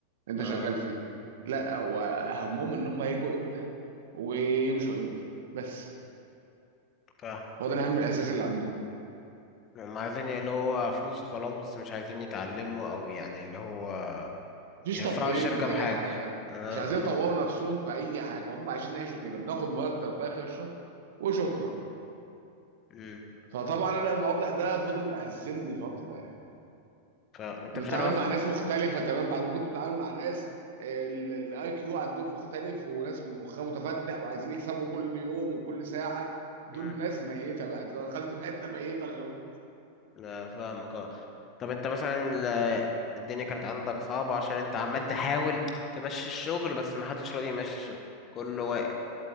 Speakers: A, on the right (about 55°); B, on the left (about 30°).
A: انت
B: اه
A: شغال فيه لا هو همهم ان هم هيجوا امتى ويمشوا امتى بس
B: فاهم
A: هو ده الهم الاساسي اللي عندهم
B: هم عايزين اللي هو فلوس وخلاص بس مش عايزين يتعلموا أو يعني اللي هو
A: مفيش
B: ينفعوا
A: تطوير
B: الشركة
A: من اي
B: بحاجة
A: حاجه
B: اه
A: مش عايزين يطوروا
B: اه
A: نفسهم في اي حاجه هم عايزين يعيشوا كده بناخد مرتب في اخر الشهر وشكرا
B: مم.
A: فطبعا انا الموضوع ده فضل مأزمني فتره يعني.
B: فأنت
A: بتتعامل
B: مش عارف
A: مع
B: أص-
A: ناس مختلفة تمام بعد ما كنت بتتعامل مع ناس الاي كيو عندهم مختلف وناس مخها متفتح وعايزين يكسبوا كل يوم وكل ساعة دول
B: مم.
A: ناس ميتة بقى انت دخلت في حتة ميتة خلاص
B: لا فاهمك اه طب انت مثلا ال- الدنيا كانت عندك صعبة عشان انت عمال تحاول تمشي الشغل بس محدش راضي يمشي الشغل كله واقف